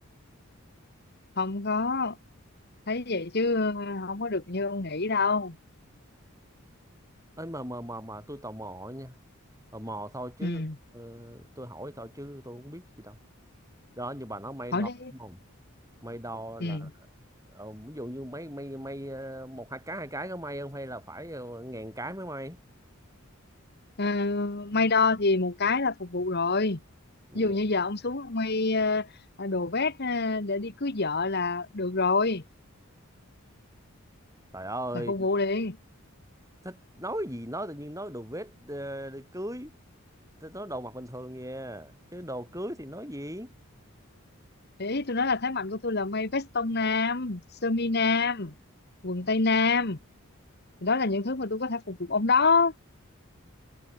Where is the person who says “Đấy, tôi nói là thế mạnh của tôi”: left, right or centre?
Left